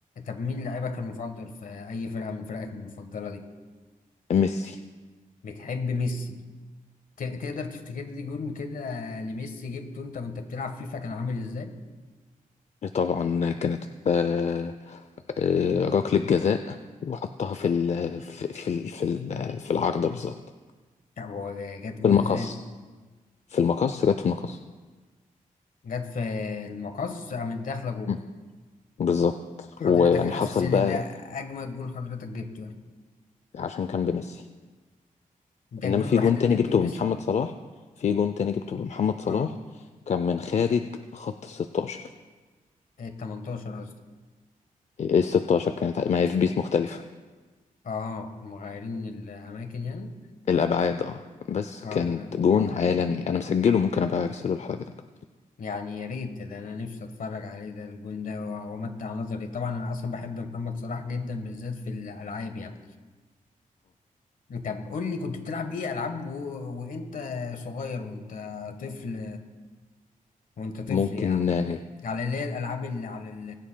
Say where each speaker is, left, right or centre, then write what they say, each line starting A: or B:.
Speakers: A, on the left (about 70°); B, on the left (about 50°).
A: طب مين لاعبك المفضل في اي فرقة من فرقك المفضلة دي
B: ميسي
A: بتحب ميسي ت- تقدر تفتكر لي جون كده لميسي جبته انت وانت بتلعب فيفا كان عامل ازاي
B: طبعا كانت آه، آه، ركلة جزاء وحطها في ال في في ال في, ال في العارضة بالظبط
A: طب هو جت جون
B: في المقص
A: ازاي
B: في المقص جت في المقص
A: جت في المقص قامت داخلة جون
B: مم. بالظبط
A: حضرتك
B: ويعني
A: حاسس
B: حصل
A: ان
B: بقى
A: ده اجمد جون حضرتك جبته يعني
B: عشان كان بميسي
A: ده
B: انما
A: الجون
B: في
A: الوحيد
B: جون
A: اللي
B: تاني
A: جبته
B: جبته
A: بميسي
B: بمحمد صلاح في جون تاني جبته بمحمد صلاح
A: اه
B: كان من خارج خط ال 16
A: ال 18 قصدي
B: ال 16 كانت ما هي في بيس مختلفة
A: اه مغيرين الأماكن يعني
B: الابعاد اه بس
A: اه
B: كانت
A: تمام
B: جون عالمي انا مسجله ممكن ابقى ارسله لحضرتك
A: يعني يا ريت ده أنا نفسي أتفرج عليه ده الجون ده و- وأمتع نظري طبعا أنا أصلا بحب محمد صلاح جدا بالذات في الألعاب يعني طب قول لي كنت بتلعب إيه ألعاب و... وأنت صغير وأنت طفل وأنت طفل
B: ممكن
A: يعني
B: آه
A: على اللي هي الألعاب اللي على ال...